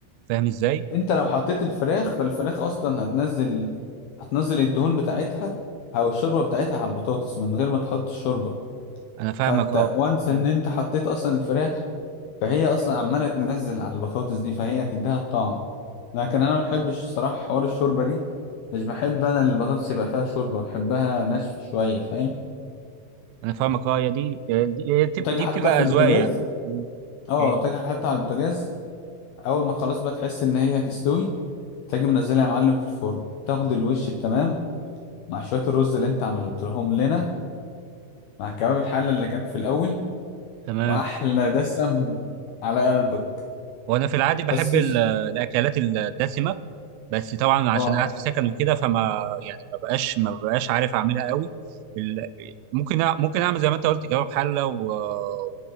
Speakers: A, on the right; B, on the left.
A: فاهم ازاي
B: انت لو حطيت الفراخ فالفراخ اصلا هتنزل هتنزل الدهون بتاعتها او الشوربه بتاعتها على البطاطس من غير ما تحط الشوربه
A: انا فاهمك
B: فانت
A: اه
B: وانس
A: مم.
B: ان انت حطيت اصلا الفراخ فهي اصلا عماله تنزل على البطاطس دي فهي هتديها الطعم لكن انا ما بحبش الصراحه حوار الشوربه دي مش بحب انا البطاطس يبقى فيها شوربه بحبها ناشفه شويه فاهم
A: انا فاهمك اه يا دي دي
B: وتجي
A: دي
B: حاططها
A: بتبقى
B: في البوتاجاز
A: اذواق يعني مم.
B: اه
A: اوكي
B: تجي حاططها على البوتاجاز اول ما خلاص بقى تحس ان هي هتستوي تيجي منزلها يا معلم في الفرن تاخد الوش التمام مع شوية الرز اللي انت عملتهم لنا مع كباب الحلة اللي كان في الأول
A: تمام
B: وأحلى دسم على قلبك
A: وانا في العادي بحب
B: بس
A: ال-
B: مش
A: الاكلات الدسمه بس طبعا عشان
B: اه
A: قاعد في سكن وكده فما يعني ما بقاش ما بقاش عارف اعملها قوي ال- ممكن أع- ممكن اعمل زي ما انت قلت كباب حله و-